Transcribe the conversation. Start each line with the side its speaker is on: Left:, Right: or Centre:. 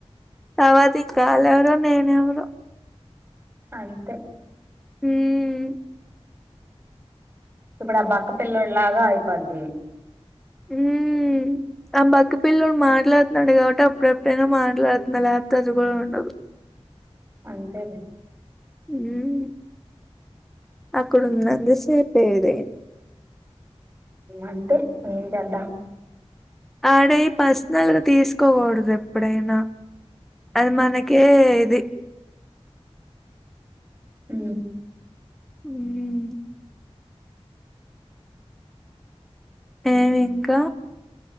Centre: తర్వాత ఈ కాల్ ఎవరో నేనెవరో
Right: అంతే
Centre: ఊమ్
Right: ఇప్పుడు ఆ బక్క పిల్లోడిలాగా అయిపోద్ది
Centre: ఊమ్ ఆ బక్క పిల్లోడు మాటల మాట్లాడతాడు కాబట్టి అప్పుడప్పుడైన మాటలాడుతున్న లేకాపోతే అదు కూడా ఉండదు
Right: అంతేనడి
Centre: ఉమ్ అక్కడున్నంతసేపే ఇది
Right: అంతే ఏం చేద్దాం
Centre: ఆడ ఈ పర్సనల్ గా తీసుకోకూడదు ఎప్పుడైనా అది మనకే ఇది
Right: హ
Centre: హ్మ్. ఏమి ఇంకా